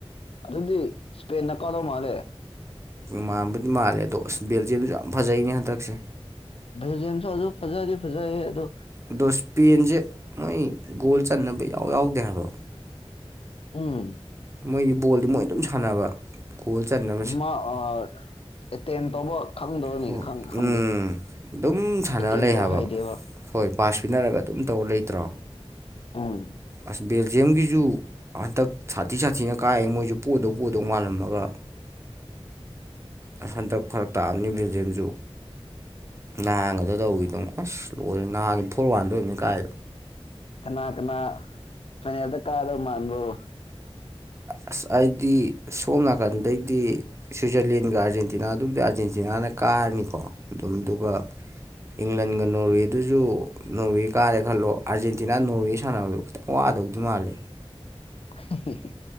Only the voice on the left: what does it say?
ꯑꯗꯨꯗꯤ ꯁ꯭ꯄꯦꯟꯅꯥ ꯀꯗꯧ ꯃꯥꯜꯂꯦ
ꯕꯦꯜꯖꯤꯌꯝꯁꯨ ꯑꯗꯨ ꯐꯖꯗꯤ ꯐꯖꯩ ꯑꯗꯨ
ꯎꯝ
ꯃꯥ ꯑꯥ ꯇꯦꯟ ꯇꯧꯕ ꯈꯪꯗꯕꯅꯤ
ꯈꯪꯗꯦ
ꯑꯦꯇꯦꯝ
ꯇꯧꯕ
ꯍꯩꯇꯦꯕ
ꯎꯝ
ꯀꯅꯥ ꯀꯅꯥ ꯐꯥꯏꯅꯦꯜꯗ ꯀꯥꯗꯧ ꯃꯥꯟꯕ꯭ꯔ‌ꯣ
<unintelligible>